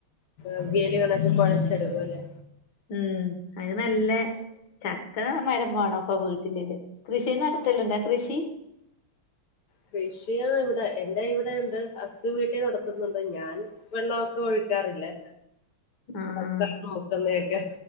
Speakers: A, on the left; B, on the left.
A: അവിയലുകളക്കെ കൊഴച്ചെടുക്കൂല്ലേ
B: ഉം അത് നല്ല ചക്ക മരംവേണോപ്പ വീട്ടില്ല്ലേ കൃഷി നടത്തലിണ്ടാ കൃഷി
A: കൃഷിയാ ഇവിടെ എന്റെ ഇവിടെയുണ്ട് ഹസ്സ് വീട്ടിൽ നടത്തുന്നുണ്ട് ഞാൻ വെള്ളോക്കെ ഒഴിക്കാറില്ലേ
B: ആഹ്
A: തക്കാളി മുക്കുന്നൊക്കെ